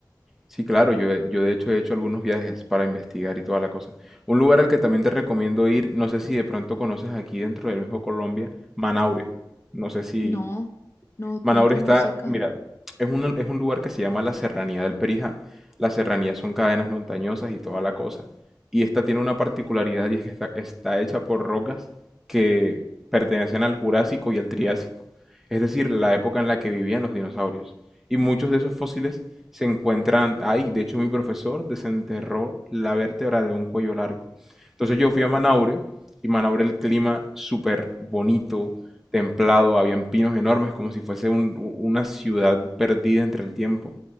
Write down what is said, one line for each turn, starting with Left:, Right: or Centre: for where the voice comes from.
Centre: Sí, claro, yo, he- yo de hecho he hecho algunos viajes para investigar y toda la cosa. Un lugar al que también te recomiendo ir, no sé si de pronto conoces aquí dentro del mismo Colombia, Manaure. No sé si,
Left: No, no, cuéntame
Centre: Manaure está,
Left: acerca.
Centre: mira, es un, es un lugar que se llama la Serranía del Perijá. Las serranías son cadenas montañosas y toda la cosa. Y esta tiene una particularidad y es que está, está hecha por rocas que pertenecen al Jurásico y al Triásico, es decir, la época en la que vivían los dinosaurios. Y muchos de esos fósiles se encuentran ahí. De hecho, mi profesor desenterró la vértebra de un cuello largo. Entonces yo fui a Manaure y Manaure el clima súper bonito, templado, habían pinos enormes, como si fuese un- u- una ciudad perdida entre el tiempo.